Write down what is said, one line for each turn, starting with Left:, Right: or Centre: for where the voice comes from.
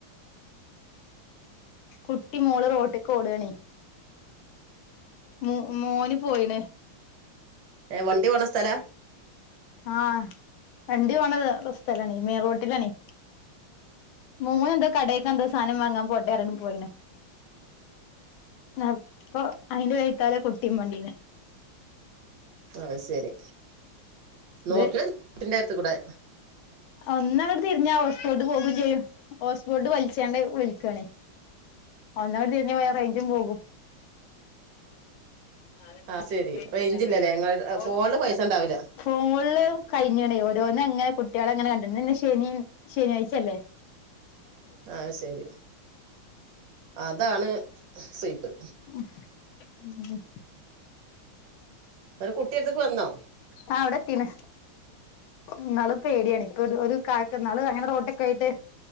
Left: കുട്ടി, മോള്, റോട്ട്ക്ക് ഓഡാണെയ്. മു, മോന്, പോയിണ്.
Right: ഏ, വണ്ടി പോണ സ്ഥല?
Left: ആഹ്, വണ്ടി പോണ സ്ഥലാണ്. മെയ് റോട്ടിലാ ണയ്. മോനെ ന്തോ, കടേക്കന്ധോ സാദനം വാങ്ങാ പോട്ടെന്ന് പറഞ്ഞു. പോയിണ്. അപ്പൊ, അയിന്റെ വൈത്താല കുട്ടിം മണ്ടീന്.
Right: ആഹ്, അഹ്സെരി,
Left: ഇത്
Right: നോക്കി <unintelligible> കുട്ടി ന്റെ ടുത്ത് കൂടെ.
Left: ഒന്നങ്ങട്ട് തിരിഞ്ഞ, ഹോസ്പോട്ട് പോകു ചെയ്യും. Hotspot വലിച്ചാണ്ട് will ക്കാണയ്. ഒന്നങ്ങട് തിരിഞ്ഞ, വേം റൈഞ്ചും പോകും. അത് ശെരി
Right: ആഹ് റേഞ്ചില്ലല്ലേ ഇങ്ങൾ ഫോണില്
Left: <unintelligible>
Right: പൈസ ഉണ്ടാവില്ല
Left: ഫോണ്ള് കഴിഞ് ണ്, ഓരോന്ന ങ്ങനെ കുട്ട്യേള ങ്ങനെ കണ്ട്. ഇന് ന്ന ശെനിം, ശനിയാച ല്ലേ.?
Right: അഹ്, ശെരി അതാണ്. സുയ്പ്.
Left: <unintelligible>
Right: ന്ട്, കുട്ടി എട്ത്ക്ക് വന്നോ?
Left: ആഹ്, അവിടെ എത്തിണ്. ഇന്നാളും പേ ടിയാണ്. ഒരു, ഒരു, കാക്ക. ന്നാള് അങ്ങനെ റോട്ക്കെയിട്ട്,